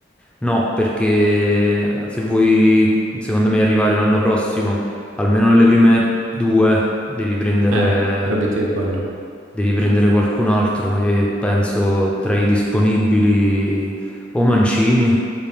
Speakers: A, in the centre; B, on the right.
A: no, perché se vuoi, secondo me, arrivare l'anno prossimo, almeno nelle prime due, devi prendere
B: Eh, l'obiettivo è quello.
A: Devi prendere qualcun altro e penso tra i disponibili o Mancini